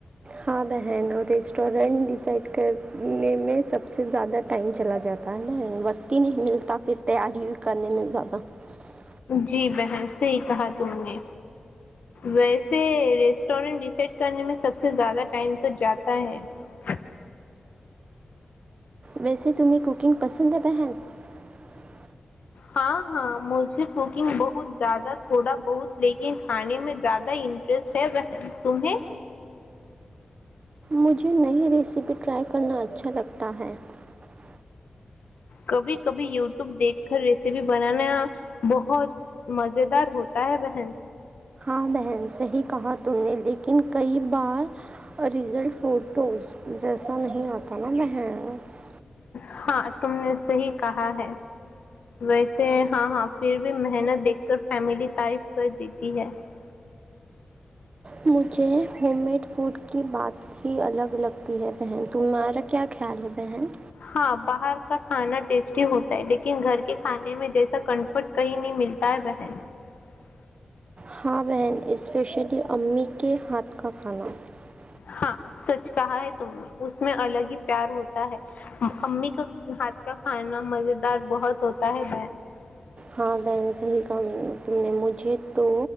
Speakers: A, on the right; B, on the left.
A: ہاں بہن اور ریسٹورینٹ ڈیسائڈ کرنے میں سب سے زیادہ ٹائم چلا جاتا ہے بہن وقت ہی نہیں ملتا پھر تیاری کرنے میں زیادہ <unintelligible>
B: جی بہن سےیح کہا تم نے ویسے ریسٹورینٹ ڈسڈ کرنے میں سب سے زیادہ ٹائم تو جاتا ہے <unintelligible>
A: ویسے تیں کوکنگ پسند پہن <unintelligible>
B: ہاں ہاں مجھے کوکنگ بہت زیادہ تھوڑا بہت لیکن کھانے میں زیادہ انٹرسٹ ہے بن تمہیں
A: مجھے نئی ریسیپی ٹرائی کرنا اچھا لگتا ہے <unintelligible>
B: کبھی کبھی یوٹیوب دیکھ کر ریسیپی بنانا بہت مز دار ہوتا ہے بہن
A: ہاں بہن صحیح کہا تم نے لیکن کئی بار اوریزل فوٹوز جیسا نہیں آتا نا بہن <unintelligible>
B: ہاں تم نے صحیح کہا ہے ویسے ہاں ہاں پھر بھی محنت دیکھ کر فیملی تعریف کر دیتی ہے <unintelligible>
A: مجھے ہوم میڈ فوڈ کی بات ہی الگ لگتی ہے بہن تمہارا کیا خیال ہے بہن <unintelligible>
B: ہاں باہر کا کھانا ٹیسٹی ہوتا ہے لیکن گھر کے کھانے میں جیسا کمفرٹ کہیں نہیں ملتا ہے بہن <unintelligible>
A: ہاں بہن اسپیشلی امی کے ہاتھ کا کھانا <unintelligible>
B: ہاں سچ کہا ہے تم نے اس میں الگ ہی پیار ہوتا ہے امی کا ہاتھ کا کھانا مز دار بہت ہوتا ہے بہن <unintelligible>
A: ہاں بہن صحیح کام تم نے مجھے تو